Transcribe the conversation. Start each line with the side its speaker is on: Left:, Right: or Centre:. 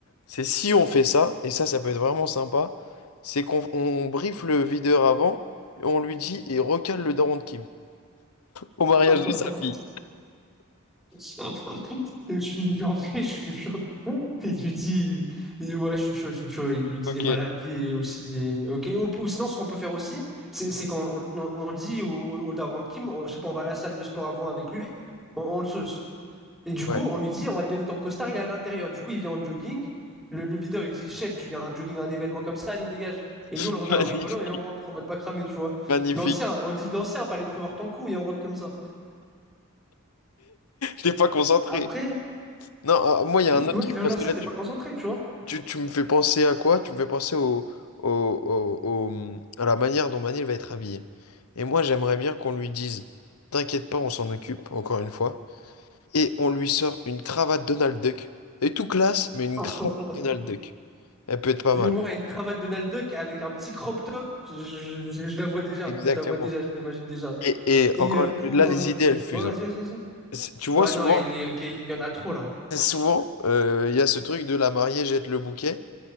Left: c'est si on fait ça, et ça, ça peut être vraiment sympa, c'est qu'on on briefe le videur avant, et on lui dit, et recale le daron de Kim au mariage
Centre: <laughs>
Left: de sa fille.
Centre: <laughs> Je suis en vrai, je suis chaud. Et Il lui dit, il dit, ouais, je suis chaud, je suis chaud. Il lui dit,
Left: Ok,
Centre: il est mal habillé aussi. il Ok. Ou, ou sinon, ce qu'on peut faire aussi, c'est c'est qu'on on, on dit au, au, au daron de Kim, on, je sais pas, on va à la salle de sport avant avec lui, on, on le sauce. Et du
Left: ouais.
Centre: coup, on lui dit, on va te donner ton costard, il est à l'intérieur. Du coup, il vient en jogging. Le, le videur, il dit, chef, tu viens en jogging à un événement comme ça, allez, dégage. Et nous,
Left: <laughs>
Centre: on le regarde
Left: Magnifique,
Centre: en rigolant et on rentre en mode pas cramé, tu vois.
Left: magnifique.
Centre: L'ancien, on dit, l'ancien, fallait prévoir ton coup et on rentre comme ça.
Left: T'es pas concentré.
Centre: Après,
Left: Non, ah, moi, il y a un autre
Centre: Ouais,
Left: truc,
Centre: le
Left: parce
Centre: lancer,
Left: que là,
Centre: t'es
Left: tu,
Centre: pas concentré, tu vois.
Left: tu, tu me fais penser à quoi? Tu me fais penser au, au, au- au- à la manière dont Manil va être habillé. Et moi, j'aimerais bien qu'on lui dise, t'inquiète pas, on s'en occupe, encore une fois. et on lui sort une cravate Donald Duck. Elle est tout classe, mais une
Centre: <laughs>
Left: cravate Donald Duck. Elle peut être pas
Centre: Et
Left: mal.
Centre: Ouais, une cravate Donald Duck avec un petit crop top, je, je- je- je la vois déjà.
Left: Exactement.
Centre: Je la vois déjà, je l'imagine déjà.
Left: Et, et
Centre: Et
Left: encore
Centre: euh, pour...
Left: une- là, les
Centre: euh,
Left: idées, elles fusent.
Centre: Ouais, vas-y,
Left: hein.
Centre: vas-y, vas-y.
Left: C'est- Tu vois,
Centre: Ouais,
Left: souvent,
Centre: non, il y ok, il y en a trop, là.
Left: souvent, euh, il y a ce truc de la mariée jette le bouquet.